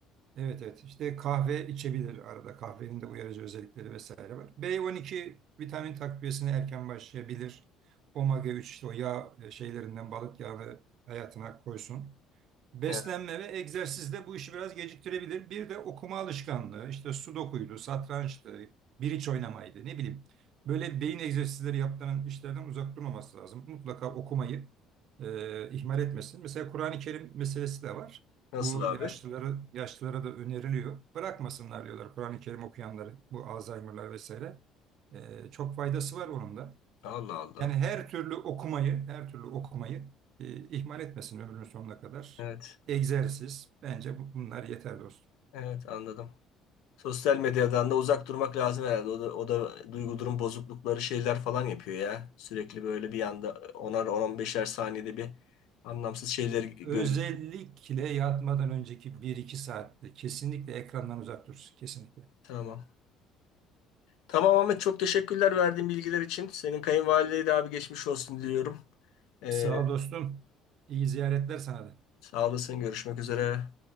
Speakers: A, on the right (about 50°); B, on the left (about 75°).
A: Evet evet işte kahve içebilir arada kahvenin de uyarıcı özellikleri vesaire var. B12 vitamin takviyesine erken başlayabilir. Omega 3 işte o yağ e, şeylerinden balık yağını hayatına koysun. Beslenme
B: Evet.
A: ve egzersiz de bu işi biraz geciktirebilir. Bir de okuma alışkanlığı, işte sudokuydu, satrançtı, biriç oynamaydı, ne bileyim. Böyle beyin egzersizleri yaptıran işlerden uzak durmaması lazım. Mutlaka okumayı e, ihmal etmesin. Mesela Kur'an-ı Kerim meselesi de var.
B: Nasıl
A: Bu
B: abi?
A: yaşlılara, yaşlılara da öneriliyor. Bırakmasınlar diyorlar Kur'an-ı Kerim okuyanları, bu Alzheimer'lar vesaire. E, çok faydası var onun da.
B: Allah Allah.
A: Yani her türlü okumayı, her türlü okumayı e, ihmal etmesin ömrünün sonuna kadar.
B: Evet.
A: Egzersiz bence bu- bunlar yeter dostum.
B: Evet anladım. Sosyal medyadan da uzak durmak lazım herhalde. O da, o da duygu durum bozuklukları şeyler falan yapıyor ya. Sürekli böyle bir anda onar 10 beşer saniyede bir anlamsız şeyleri
A: Özellikle
B: görüyor.
A: yatmadan önceki bir iki saatte kesinlikle ekrandan uzak dursun kesinlikle.
B: Tamam. Tamam Ahmet çok teşekkürler verdiğin bilgiler için. Senin kayınvalideye de abi geçmiş olsun diliyorum. Ee,
A: Sağ ol dostum. İyi ziyaretler sana da.
B: sağ olasın. Görüşmek üzere.